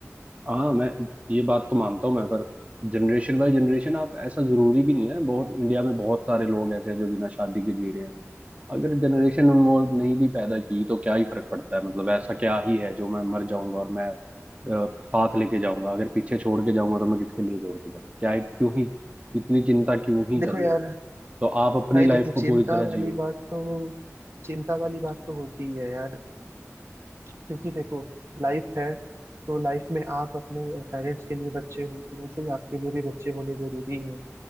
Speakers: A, on the right (about 25°); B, on the right (about 55°).
A: हाँ मैं ये बात तो मानता हूँ मैं पर जनरेशन बाय जनरेशन आप ऐसा जरूरी भी नहीं है बहुत इंडिया में बहुत सारे लोग ऐसे हैं जो बिना शादी के जी रहे हैं अगर जनरेशन वो नहीं भी पैदा की तो क्या ही फर्क पड़ता है मतलब ऐसा क्या ही है जो मैं मर जाऊंगा और मैं अ, साथ लेके जाऊंगा अगर पीछे छोड़ के जाऊंगा तो मैं किसके लिए छोड़ के जाऊंगा क्या ही- क्यों ही इतनी चिंता क्यों ही
B: देखो
A: करनी
B: यार
A: तो आप अपनी
B: भाई
A: लाइफ
B: देखो
A: को
B: चिंता
A: पूरी तरह
B: वाली
A: जियो
B: बात तो चिंता वाली बात तो होती ही है यार क्योंकि देखो लाइफ है तो लाइफ में आप अपने पेरेंट्स के लिए बच्चे हो तो वैसे ही आपके लिए भी बच्चे होने जरूरी है